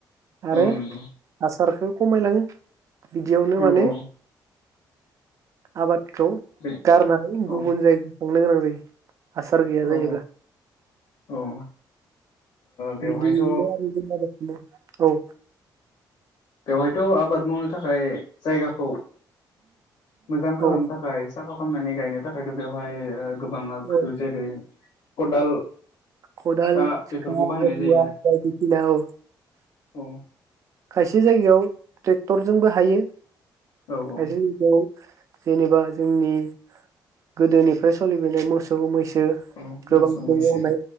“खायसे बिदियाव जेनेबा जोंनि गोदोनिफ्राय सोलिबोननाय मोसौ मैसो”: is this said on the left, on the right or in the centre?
Right